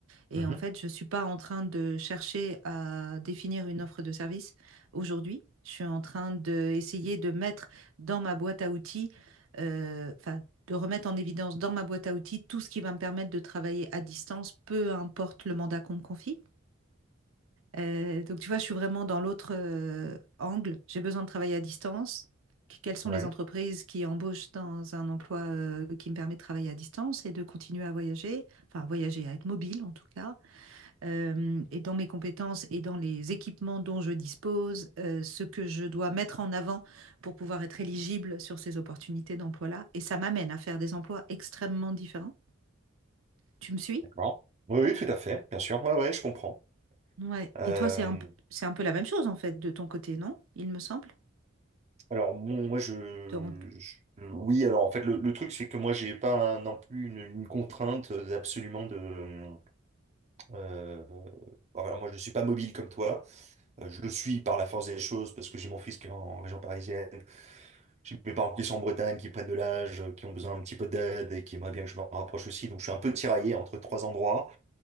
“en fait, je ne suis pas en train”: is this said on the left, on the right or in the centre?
Right